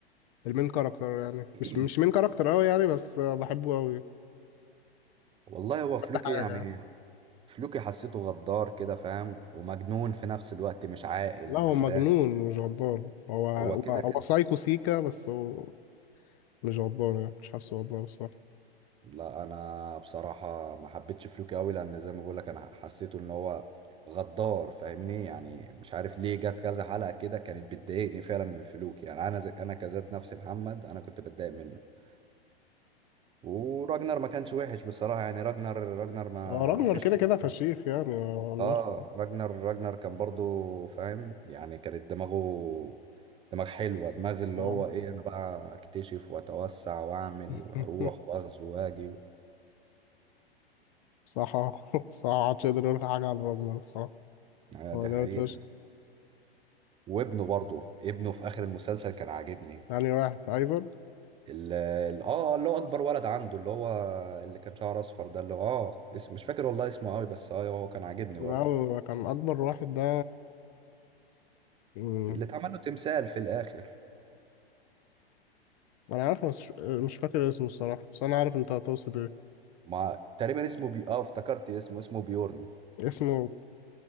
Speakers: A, on the left (about 40°); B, on the right (about 15°).
A: المين كاركتر يعني
B: <clears throat>
A: مش مش مين كاركتر قوي يعني بس بحبه قوي
B: والله هو فلوكي
A: كل حاجه
B: يعني فلوكي حسيته غدار كده فاهم ومجنون في نفس الوقت مش عاقل
A: لا هو
B: مش
A: مجنون
B: راسي
A: مش غدار هو هو
B: هو كده كده
A: هو سايكو سيكا بس هو مش غدار يعني مش حاسه غدار الصراحة
B: لا انا بصراحة ما حبيتش فلوكي قوي لان زي ما بقول لك انا حسيته ان هو غدار فاهمني يعني مش عارف ليه جت كذا حلقة كده كانت بتضايقني فعلا من فلوكي يعني انا زي انا كذات نفسي محمد انا كنت بتضايق منه وراجنر ما كانش وحش بصراحة يعني راجنر راجنر ما
A: هو راجنر
B: فيش
A: كده
B: حاجة
A: كده فشيخ يعني ما قلناش
B: اه راجنر راجنر كان برضو فاهم يعني كانت دماغه دماغ حلوة دماغ اللي
A: ما-
B: هو ايه انا بقى اكتشف واتوسع واعمل
A: <laughs>
B: وهروح واغزو واجي و...
A: صح صح محدش يقدر يقول حاجة عن راجنر الصراحة
B: آه
A: هو
B: دي
A: جامد
B: حقيقة
A: فشخ
B: وابنه برضو ابنه في اخر المسلسل كان عاجبني
A: يعني واحد ايفر
B: ال- ال- اه اللي هو اكبر ولد عنده اللي هو اللي كان شعره اصفر ده اللي هو اه اسم مش فاكر والله اسمه قوي بس اه هو كان عاجبني
A: لا
B: برضو
A: هو كان أكبر واحد ده مم.
B: اللي اتعمل له تمثال في الاخر
A: أنا عارف بس مش فاكر اسمه الصراحة بس أنا عارف أنت هتقصد إيه
B: ما تقريبا اسمه بي اه افتكرت اسمه اسمه بيورن
A: اسمه